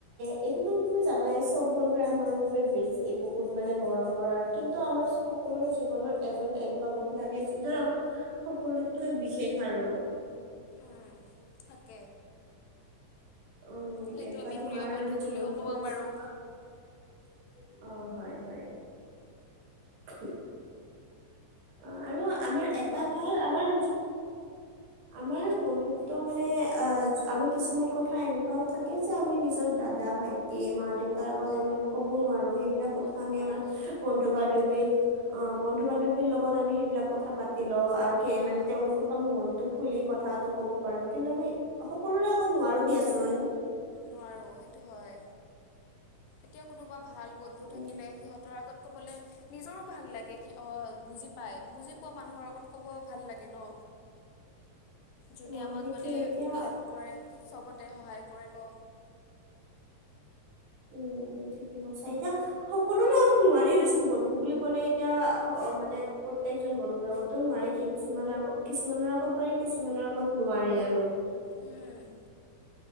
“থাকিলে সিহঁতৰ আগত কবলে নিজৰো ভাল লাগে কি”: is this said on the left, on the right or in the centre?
Left